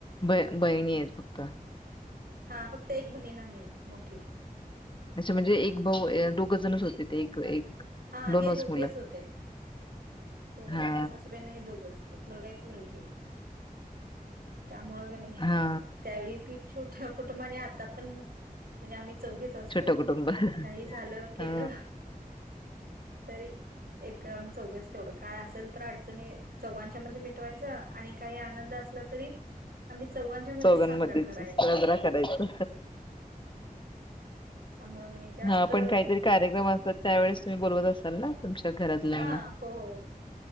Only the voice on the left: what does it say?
ब बहिणी आहेत फक्त
असे म्हणजे एक भाऊ अ, दोघ जणच होते ते एक एक
दोनच
मुलं
हा
हा
छोटं कुटुंब
हा
चौघांमध्येच
साजरा करायचा
हा पण काहीतरी कार्यक्रम असतात त्यावेेळेस तुम्ही बोलवत असाल ना तुमच्या घरातल्यांना